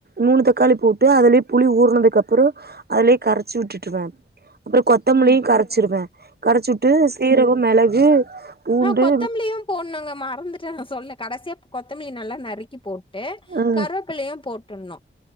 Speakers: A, on the right; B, on the left.
A: மூனு தக்காளி போட்டு அதுலயே புளி ஊற்னதுக்கு அப்பறோ அதுலெயே கரச்சு உட்டுட்டுவ அப்றோ கொத்தமல்லியு
B: ம்,
A: கரச்சிருவ கரச்சு உட்டு சீரகோ மெளகு பூண்டு
B: அ கொத்தம்மல்லியு போட்னுங்க மறந்துட்ட நா சொல்ல கடசியா கொத்தமல்லிய நல்லா நறுக்கி போ ட்டு
A: ம்
B: கருவபிள்ளையு போட்டுட்னு